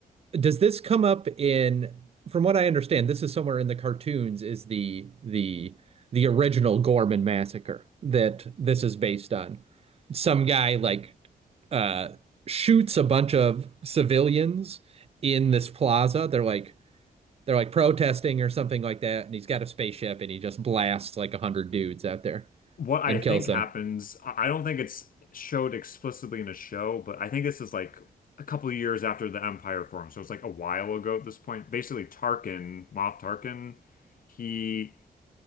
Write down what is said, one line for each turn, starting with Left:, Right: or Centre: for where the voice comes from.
Right: Does this come up in, from what I understand, this is somewhere in the cartoons, is the the the original Gorman massacre that this is based on. Some guy like uh shoots a bunch of civilians in this plaza. They're like they're like protesting or something like that, and he's got a spaceship and he just blasts like a hundred dudes out there
Left: what I
Right: and
Left: think
Right: kills
Left: happens.
Right: them.
Left: I I don't think it's showed explicitly in the show, but I think this is like a couple of years after the Empire formed, so it's like a while ago at this point. Basically, Tarkin, Moff Tarkin, he